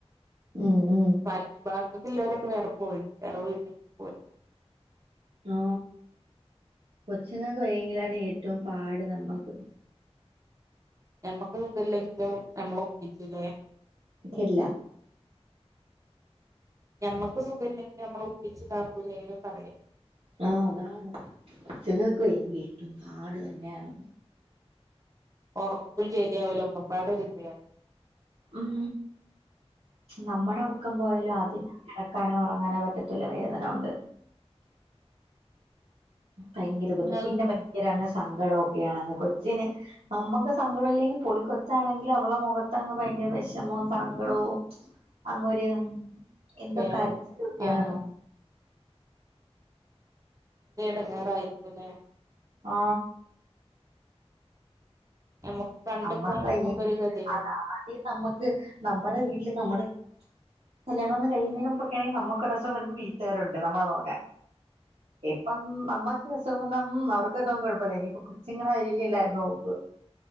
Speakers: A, on the right; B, on the right.
A: ഉം. ഉം.
B: പ ഭാഗത്തില്ലോലോക്കെ വേറെപോയി വേറെ വീട്ടിക്ക് പോയി
A: ആ കൊച്ചുങ്ങക്ക് വയ്യെങ്കിലാണ് ഏറ്റവും പാട് നമ്മക്ക്
B: ഞമ്മക്ക് ഇതല്ലെങ്കിലും നമ്മൾ ഒപ്പിച്ചൂല്ലേ
A: ഇല്ല
B: ഞമ്മക്ക് സുഖില്ലെങ്കിൽ ഞമ്മൾ ഒപ്പിച്ചതാക്കൂലേ പറയാ
A: ആഹാ അതാണ് ഇത്ങ്ങക്ക്
B: ഉം
A: വയ്യെങ്കി ഏറ്റോം- പാട് തന്നെയാണ്
B: ഒറക്കും ശരിയാവില്ല ഒക്കപ്പാടേ ഒരെതിയ-
A: ഉം നമ്മുടെ ഒറ- ക്കംപോയാലും ആദ്യം- ക്കാനോ ഉറങ്ങാനോ പറ്റത്തില്ല വേദനോണ്ട് ഭയങ്കര ബുധ്
B: നിങ്ങൾ
A: പിന്നെ ഭയങ്കരങ്ങ് സങ്കടോം ഒക്കെയാണ് കൊച്ചിന് നമ്മക്ക് സങ്കടം ഇല്ലെങ്കിൽ പൊടി കൊച്ചാണെങ്കിലും അവളെ മുഖത്തങ്ങ് ഭയങ്കര വെഷമോം സങ്കടോം അങ്ങൊര് എന്തൊ
B: ഏഹ്
A: കരച്ചിലൊക്കെയാണ്
B: ആഹ് എടങ്ങേറായിരിക്കൂല്ലെ
A: ആ
B: ഞമ്മക്ക് കണ്ട്ക്കാണെങ്കി
A: നമ്മക്ക് വയ്യെങ്കി
B: ഞമ്മക്കൊരു ഗതിയേട്
A: അതാദ്യം നമ്മക്ക് നമ്മടെ വീട്ടില് നമ്മടെ കല്യാണം ഒന്ന് കഴിയുന്നേന് മുമ്പൊക്കണെൽ നമ്മുക്കൊരു അസുഖം വരുമ്പോ വീട്ടാരുണ്ട് നമ്മളെനോക്കാൻ ഇപ്പം നമ്മക്ക് അസുഖം വന്ന മ് അവർക്ക് കൊഴപ്പില്ല ഇനിയിപ്പ കൊച്ചിങ്ങടെകാര്യല്ലെ എല്ലാരുംനോക്ക